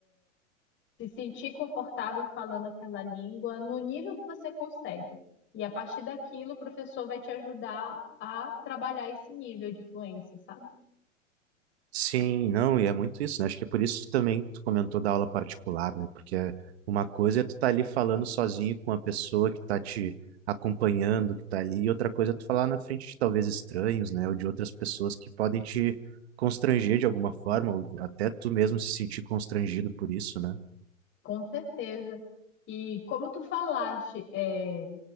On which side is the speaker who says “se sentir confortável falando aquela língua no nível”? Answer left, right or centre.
Left